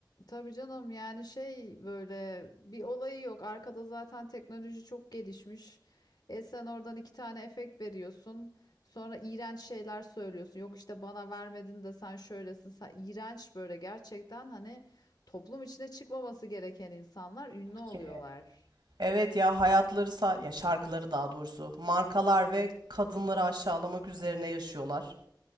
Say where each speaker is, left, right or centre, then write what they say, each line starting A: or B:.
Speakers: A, on the left (about 60°); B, on the right (about 70°).
A: Tabii canım yani şey böyle bir olayı yok. Arkada zaten teknoloji çok gelişmiş. E sen oradan iki tane efekt veriyorsun. Sonra iğrenç şeyler söylüyorsun. Yok işte bana vermedin de sen şöylesin. Sen iğrenç böyle gerçekten hani toplum içine çıkmaması gereken insanlar ünlü oluyorlar.
B: Ki- Evet ya hayatları sa- ya şarkıları daha doğrusu markalar ve kadınları aşağılamak üzerine yaşıyorlar.